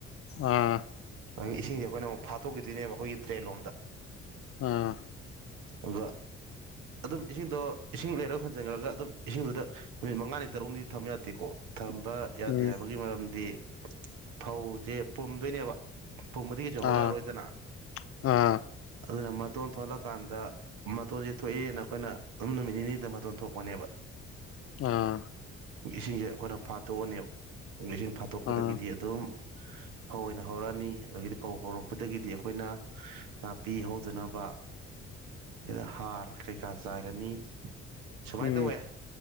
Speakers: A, on the left (about 40°); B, on the right (about 60°).
A: ꯑꯥ
B: ꯑꯗꯒꯤ ꯏꯁꯤꯡꯖꯦ ꯑꯈꯣꯏꯅ ꯑꯃꯨꯛ ꯐꯥꯠꯇꯣꯛꯀꯤꯗꯣꯏꯅꯦꯕ ꯑꯈꯣꯏꯒꯤ ꯇ꯭ꯔꯦꯟ ꯂꯣꯝꯗ
A: ꯑꯥ
B: ꯑꯒ ꯑꯗꯨꯝ ꯏꯁꯤꯡꯗꯣ ꯏꯁꯤꯡ ꯂꯩꯔ ꯍꯣꯟꯖꯤꯟꯈ꯭ꯔꯒ ꯑꯗꯨꯝ ꯏꯁꯤꯡꯗꯨꯗ ꯅꯨꯃꯤꯠ ꯃꯉꯥꯅꯤ ꯇꯔꯨꯛꯅꯤ ꯊꯝ ꯌꯥꯗꯦꯀꯣ ꯊꯝꯕ ꯌꯥꯗꯦ
A: ꯎꯝ
B: ꯍꯥꯏꯕꯒꯤ ꯃꯔꯝꯗꯤ ꯐꯧꯖꯦ ꯄꯨꯝꯗꯣꯏꯅꯦꯕ ꯄꯨꯝꯕꯗꯤꯖꯨ
A: ꯑꯥ
B: ꯍꯧꯔꯛꯑꯔꯣꯏꯗꯅ
A: ꯑꯥ
B: ꯑꯗꯨꯅ ꯃꯇꯣꯟ ꯊꯣꯛꯂꯀꯥꯟꯗ ꯃꯇꯣꯟꯖꯦ ꯊꯣꯑꯦꯅ ꯑꯩꯈꯣꯏꯅ ꯑꯗꯨꯝ ꯅꯨꯃꯤꯠ ꯅꯤꯅꯤꯗ ꯃꯇꯣꯟ ꯊꯣꯛꯄꯅꯦꯕ
A: ꯑꯥ
B: ꯏꯁꯤꯡꯖꯦ ꯑꯈꯣꯏꯅ ꯐꯥꯠꯇꯣꯛꯑꯅꯦꯕ ꯏꯁꯤꯡ ꯐꯥꯠꯇꯣꯛꯄꯗꯒꯤꯗꯤ
A: ꯑꯥ
B: ꯑꯗꯨꯝ ꯐꯧ ꯑꯣꯏꯅ ꯍꯧꯔꯅꯤ ꯑꯗꯒꯤꯗꯤ ꯐꯧ ꯍꯧꯔꯛꯄꯗꯒꯤꯗꯤ ꯑꯈꯣꯏꯅ ꯅꯥꯄꯤ ꯍꯧꯗꯅꯕ ꯗ ꯍꯥꯔ ꯀꯩꯀꯥ ꯆꯥꯏꯔꯅꯤ ꯁꯨꯃꯥꯏ
A: ꯎꯝ
B: ꯇꯧꯋꯦ